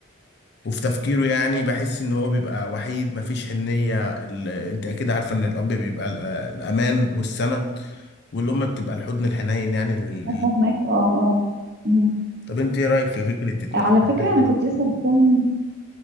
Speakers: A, on the left; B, on the right.
A: وفي تفكيره يعني بحس ان هو بيبقى وحيد مفيش حنيه ال... انت اكيد عارفه ان الاب بيبقى ال- الامان والسند والام بتبقى الحضن الحنين يعني لل... لل-
B: أنا فاهماك اه اه مم.
A: طب انت ايه رايك في فكره ال-
B: على
A: التربيه
B: فكرة
A: الحنيه
B: أنا كنت لسه بتكلم